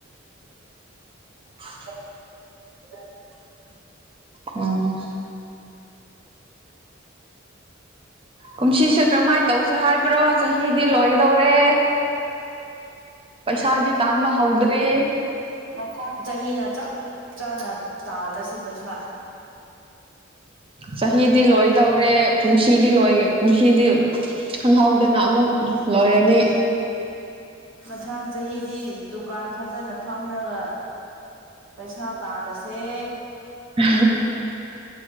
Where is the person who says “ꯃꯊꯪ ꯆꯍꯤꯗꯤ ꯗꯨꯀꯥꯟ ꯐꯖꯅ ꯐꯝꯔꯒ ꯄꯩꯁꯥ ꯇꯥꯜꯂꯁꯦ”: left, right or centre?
Right